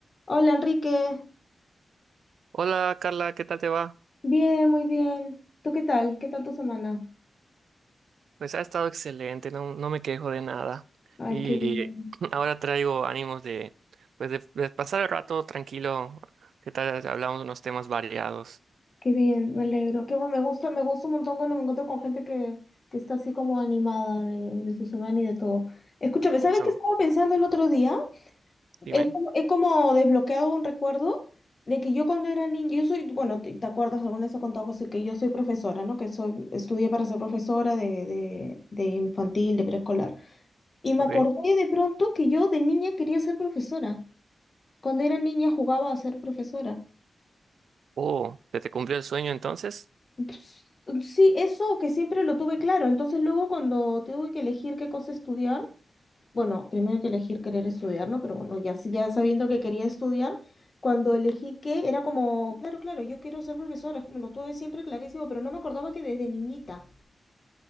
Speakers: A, on the left; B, on the right.
A: Hola Enrique,
B: Hola Carla, ¿qué tal te va?
A: bien, muy bien. ¿Tú qué tal? ¿Qué tal tu semana?
B: Pues ha estado excelente, no, no me quejo de nada.
A: Ay,
B: Y
A: qué bien,
B: <clears throat> ahora traigo ánimos de, pues de, de pasar el rato tranquilo. ¿Qué tal? si Hablamos de unos temas variados.
A: qué bien, me alegro. Qué bueno, me gusta, me gusta un montón cuando me encuentro con gente que, que está así como animada de, de su semana y de todo. Escúchame, ¿sabes
B: Eso,
A: qué estaba pensando el otro día?
B: dime.
A: He como, he como desbloqueado un recuerdo de que yo cuando era niña, yo soy, bueno, te, te acuerdas, alguna vez he contado que soy, que yo soy profesora, ¿no? Que soy, estudié para ser profesora de, de de infantil, de preescolar. Y me
B: Ok.
A: acordé de pronto que yo de niña quería ser profesora. Cuando era niña jugaba a ser profesora.
B: Oh, ¿se te cumplió el sueño entonces?
A: Ps- Sí, eso que siempre lo tuve claro. Entonces luego cuando tuve que elegir qué cosa estudiar, bueno, primero hay que elegir querer estudiar, ¿no? Pero bueno, ya, sí- ya sabiendo que quería estudiar, cuando elegí qué, era como, claro, claro, yo quiero ser profesora, es como lo tuve siempre clarísimo, pero no me acordaba que desde niñita.